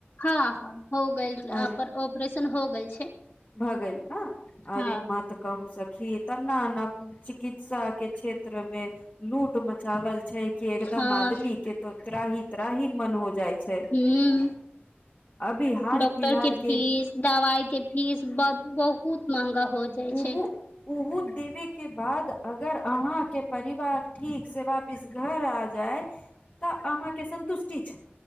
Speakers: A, on the left (about 60°); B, on the left (about 40°).
A: हँ हँ हो गेल
B: आर
A: ओकर तन हो गेल छै
B: भऽ गेलल ने अरे
A: हँ
B: मत कहू सखी तऽ न न चिकित्सा के क्षेत्र मे लूट धुम मचावल छै कि एकदम
A: हँ
B: आदमी के तऽ त्राहि त्राहि मन हो जाइ छै
A: हूँ
B: अभी हाल
A: डॉक्टर
B: फिलहाल के
A: फीस दवाई के फीस ब बहुत महंगा हो जाइ
B: ओहो
A: छै
B: देवे के बाद अगर अहा के परिवार ठीक से वापिस घर आ जाय तऽ अहाँके संन्तुष्टि <unintelligible>